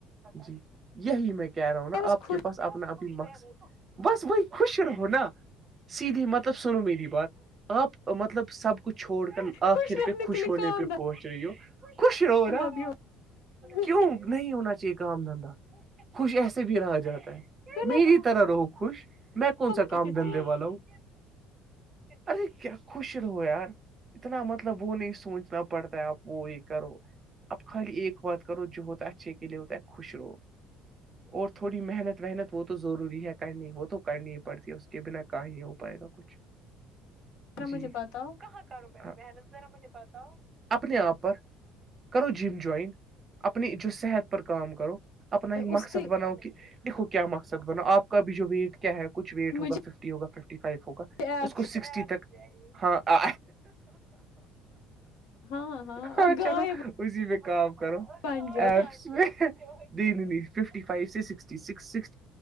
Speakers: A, on the right (about 25°); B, on the left (about 80°).
A: جی یہی میں کیا کہہ رہا ہوں نا
B: بس
A: آپ
B: خوش
A: کے پاس اپنا اپنی مقص بس وہی خوش رہو نا سیدھی مطلب سنو میری بات آپ مطلب سب کو چھوڑ کر آخر
B: خوش رہنے
A: پہ خوش
B: کے لیے
A: ہونے
B: کام
A: پہ پہنچ رہی ہو خوش رو
B: دھندا
A: رہا
B: بھی ہو
A: کیوں نہیں ہونا چاہ یہ کام دھندا خوش ایسے بھی رہا جاتا ہے
B: بنا
A: میری طرح رہو خوش میں کون سا
B: کے
A: کام
B: ذرا
A: دھندے والا ہوں ارے کیا خوش رہو یار اتنا مطلب وہ نہیں سوچنا پڑتا ہے آپ وہ یہ کرو اب خالی ایک بات کرو جو ہوتا ہے اچھے کے لیے ہوتا ہے خوش رو اور تھوڑی محنت وحنت وہ تو ضروری ہے کرنی وہ تو کرنی ہی پڑتی ہے کہ بنا کہ ہی ہو پائے گا کچھ جی
B: مجھے بتاؤ
A: کر میں محنتذر مجھے اپنے آپ پر کرو جم جوائن اپنی جو صحت پر کام کرو اپنا ایک
B: اس
A: مقصد
B: سے
A: بناؤ کہ دیکھو کیا مقصد بناو آپ کا بھی جو ویٹ کیا ہے کچھ ویٹ ہوگا
B: مجھے
A: ففٹی ہوگا ففٹی فائیو ہوگا
B: ایپ
A: اس کو سکسٹی تک ہاں آ
B: ہاں
A: ہاں
B: گائے
A: چلو اسی پہ کام کرو
B: بن جاؤ
A: ایپس میں نہیں نہیں نہیں ففٹی فو س